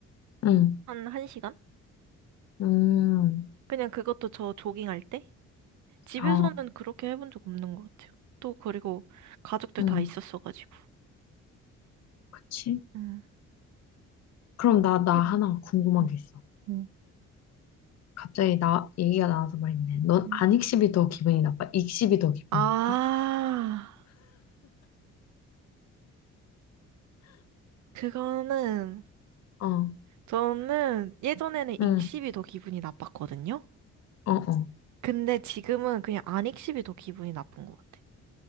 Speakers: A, on the left (about 60°); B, on the right (about 70°).
A: 응,
B: 한, 한 시간?
A: 음,
B: 그냥 그것도 저 조깅할 때? 집에서는
A: 아,
B: 그렇게 해본 적 없는 것 같아요. 또 그리고 가족들
A: 응,
B: 다 있었어가지고.
A: 그치?
B: 음,
A: 그럼
B: 그럼
A: 나,
B: 통이
A: 나 하나
B: 났대.
A: 궁금한
B: 음,
A: 게 있어.
B: 음.
A: 갑자기 나, 얘기가 나와서 말인데, 넌
B: 음.
A: 안익십이 더 기분이 나빠? 익십이 더 기분이
B: 아,
A: 나빠?
B: 그거는
A: 어,
B: 저는 예전에는 익십이
A: 응,
B: 더 기분이 나빴거든요.
A: 어, 어.
B: 근데 지금은 그냥 안 익십이 더 기분이 나쁜 것 같아.